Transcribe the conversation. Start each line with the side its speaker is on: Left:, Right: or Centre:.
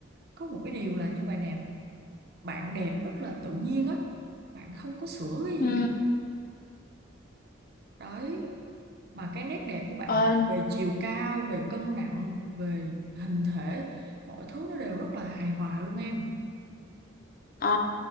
Right: có một cái điều là như vậy nè, bạn đẹp rất là tự nhiên á, bạn không có sửa cái gì
Left: Ừ.
Right: cả. Đấy, mà cái nét đẹp của bạn
Left: ờ,
Right: về chiều cao về cân nặng về hình thể mọi thứ nó đều rất là hài hòa luôn em
Left: Ờ,